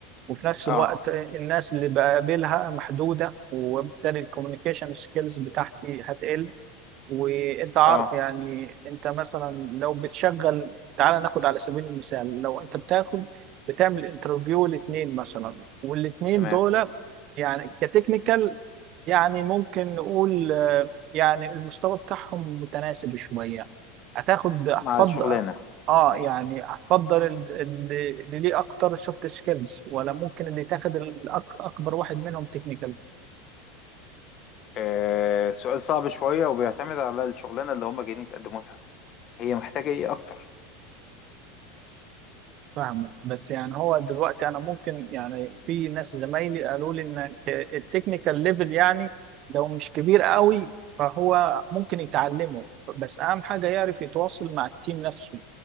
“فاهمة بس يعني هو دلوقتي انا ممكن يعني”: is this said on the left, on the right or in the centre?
Right